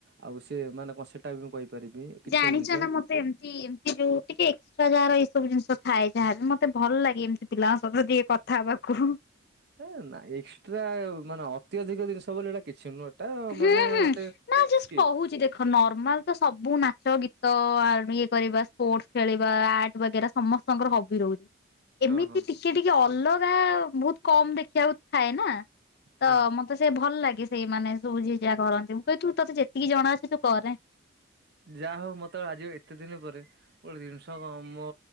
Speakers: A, on the right (about 55°); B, on the left (about 50°).
A: ଆଉ ସେ ମାନେ କଣ ସେଟା ବି ମୁଁ କହିପାରିବି। କିଛିଟା
B: ଜାଣିଚ
A: ଜିନିଷ
B: ନା ମତେ ଏମତି ଏମତି ଯୋଉ ଟିକେ ଏକ୍ସଟ୍ରା ଯାହାର ଏଇ ସବୁ ଜିନିଷ ଥାଏ ଯାହାର ମତେ ଭଲ ଲାଗେ ଏମିତି ପିଲାଙ୍କ ସହିତ ଟିକେ କଥା ହବାକୁ।
A: ଏ ନା ଏକ୍ସଟ୍ରା ମାନେ ଅତ୍ୟଧିକ ଜିନିଷ ବୋଲି ହେଟା କିଛି ନୁହଁ। ଟା
B: ହୁଁ
A: ମାନେ
B: ହୁଁ
A: ଗୋଟେ
B: ନା ଜଷ୍ଟ
A: ସ୍କିଲ୍।
B: କହୁଛି ଦେଖ ନର୍ମାଲ ତ ସବୁ ନାଚ ଗୀତ ଇଏ କରିବା ସ୍ପୋର୍ଟସ୍ ଖେଳିବା ଆର୍ଟ ବଗେରା ସମ ସାଙ୍ଗର ହବି ରହୁଚି। ଏମିତି
A: ହଁ ହଁ
B: ଟିକେ ଟିକେ ଅଲଗା ବହୁତ କମ୍ ଦେଖିବାକୁ ଥାଏ ନା ତ
A: ହଁ।
B: ମତେ ସେ ଭଲ ଲାଗେ ସେଇମାନେ ସବୁ ଯିଏ ଯାହା କରନ୍ତି ମୁଁ <unintelligible> ତୁ ତୋତେ ଯେତିକି ଜଣା ଅଛି ତୁ କରେ।
A: ଯାହା ହଉ ମତେ ଆଜି ଏତେ ଦିନି ପରେ ଗୋଟେ ଜିନିଷ କ ମୋ